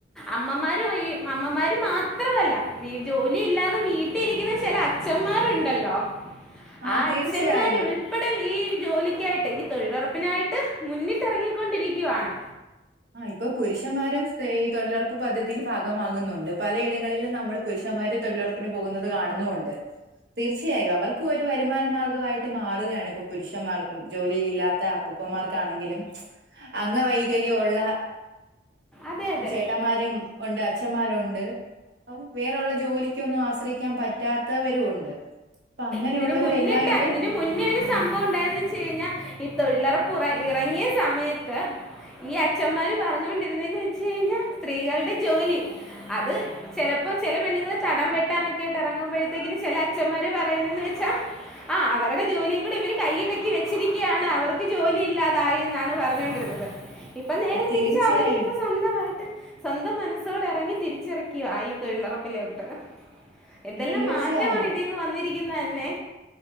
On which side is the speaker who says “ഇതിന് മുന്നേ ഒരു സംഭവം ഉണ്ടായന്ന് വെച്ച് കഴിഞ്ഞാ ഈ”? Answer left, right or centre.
Centre